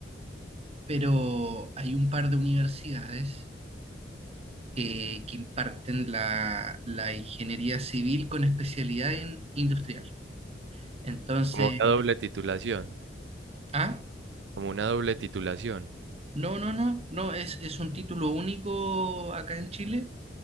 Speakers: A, on the right; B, on the right.
A: pero hay un par de universidades eh, que imparten la, la ingeniería civil con especialidad en industrial. Entonces,
B: como una doble titulación,
A: ah,
B: como una doble titulación.
A: no, no, no, no, es, es un título único acá en Chile.